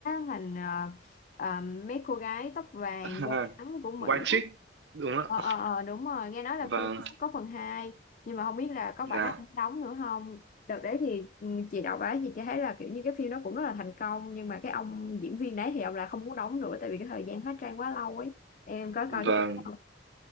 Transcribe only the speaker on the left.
thành ờ, ờ, mấy cô gái tóc vàng
da trắng của Mỹ
ờ
ờ ờ đúng rồi nghe nói là
phim sắp có phần hai nhưng mà không biết là có phải
mấy anh đóng nữa không đợt đấy thì ừ, chị đọc á thì chị thấy là kiểu như cái phim đó cũng rất là thành công nhưng mà cái ông diễn viên đấy thì ông lại không muốn đóng nữa tại vì cái thời gian hóa trang quá lâu ấy em có
coi cái phim đó không